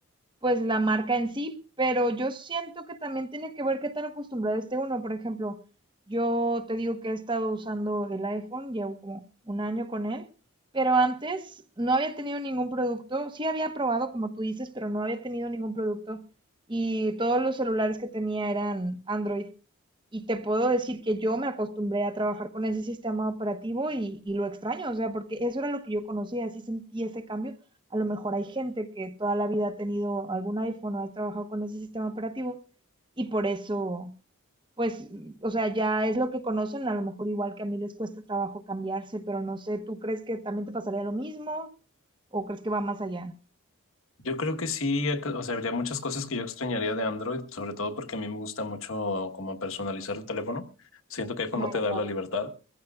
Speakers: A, on the right (about 20°); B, on the left (about 75°).
A: pues la marca en sí, pero yo siento que también tiene que ver qué tan acostumbrado esté uno. Por ejemplo, yo te digo que he estado usando el iPhone, llevo como un año con él, pero antes no había tenido ningún producto, sí había probado, como tú dices, pero no había tenido ningún producto y todos los celulares que tenía eran Android. Y te puedo decir que yo me acostumbré a trabajar con ese sistema operativo y, y lo extraño, o sea, porque eso era lo que yo conocía, así sentí ese cambio. A lo mejor hay gente que toda la vida ha tenido algún iPhone o ha trabajado con ese sistema operativo y por eso, pues, o sea, ya es lo que conocen, a lo mejor igual que a mí les cuesta trabajo cambiarse, pero no sé, ¿tú crees que también te pasaría lo mismo o crees que va más allá?
B: Yo creo que sí, o sea, habría muchas cosas que yo extrañaría de Android, sobre todo porque a mí me gusta mucho como personalizar el teléfono. Siento que iPhone
A: Claro,
B: no te da
A: claro.
B: la libertad.